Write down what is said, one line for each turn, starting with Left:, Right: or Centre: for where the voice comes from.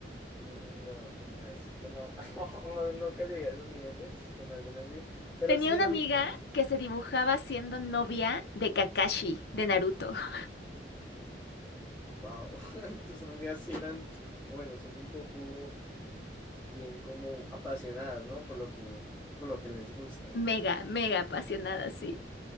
Centre: Mm, No, tienes, yo no, <laughs> no- nunca llegué a esos niveles con algún anime, pero
Left: tenía
Centre: sí
Left: una
Centre: era
Left: amiga
Centre: muy,
Left: que se dibujaba siendo novia de Kakashi, de Naruto. <laughs>
Centre: wow, <laughs> tus amigas sí eran, o bueno, son un poco bien como apasionadas, ¿no? Por lo que, por lo que les gusta.
Left: Mega, mega apasionada, sí.